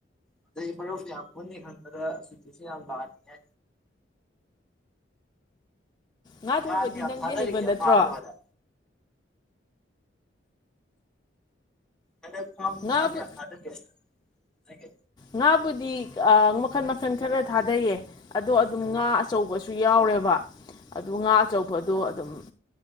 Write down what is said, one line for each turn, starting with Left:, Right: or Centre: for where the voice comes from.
Centre: ꯑꯗꯨꯗꯩ ꯃꯔꯨꯞꯁꯨ ꯌꯥꯝ ꯄꯨꯅꯤ ꯈꯟꯕꯗ ꯁꯨꯇꯤꯁꯨ ꯌꯥꯝ ꯂꯥꯛꯅꯤꯉ
Left: ꯉꯥ ꯊꯣꯡꯕꯗꯤ
Centre: ꯍꯥ ꯊ
Left: ꯅꯪꯗꯤ
Centre: ꯊꯥꯗꯔꯤ
Left: ꯍꯩꯕ
Centre: ꯀꯦ
Left: ꯅꯠꯇ꯭ꯔꯣ
Centre: ꯐꯥꯃ ꯍꯥꯏꯗ ꯑ ꯈ ꯀ
Left: ꯉꯥꯕꯨ
Centre: ꯀꯌꯥ ꯈꯗꯒꯦ ꯑꯩꯦ
Left: ꯉꯥꯕꯨꯗꯤ ꯃꯈꯜ ꯃꯈꯜ ꯈꯔ ꯊꯥꯗꯩꯌꯦ ꯑꯗꯣ ꯑꯗꯨꯝ ꯉꯥ ꯑꯆꯧꯕꯁꯨ ꯌꯥꯎꯔꯦꯕ ꯑꯗꯨ ꯉꯥ ꯑꯆꯧꯕꯗꯣ ꯑꯗꯨꯝ